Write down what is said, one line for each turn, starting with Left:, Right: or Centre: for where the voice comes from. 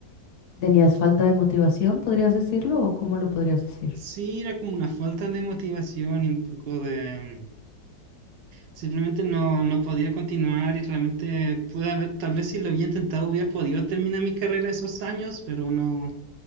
Left: tenías falta de motivación, ¿podrías decirlo? ¿O cómo lo podrías decir?
Right: Sí, era como una falta de motivación y un poco de... Simplemente no, no podía continuar y realmente pude haber, tal vez si lo había intentado, hubiera podido terminar mi carrera esos años, pero no,